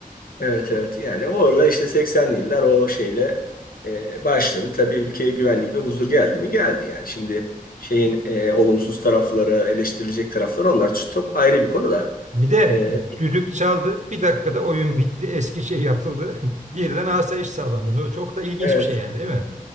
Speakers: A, on the left; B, on the right.
A: Evet evet. Yani orada işte 80'li yıllar o şeyle e, başladı. Tabii ülkeye güvenlik ve huzur geldi mi? Geldi yani. Şimdi şeyin e, olumsuz tarafları, eleştirilecek tarafları onlar çok ayrı bir konu da.
B: Bir de
A: E,
B: düdük çaldı. Bir dakikada oyun bitti. Eski şey yatıldı. <laughs> Birden asayiş sağlandı. O çok da ilginç
A: evet.
B: bir şey yani değil mi?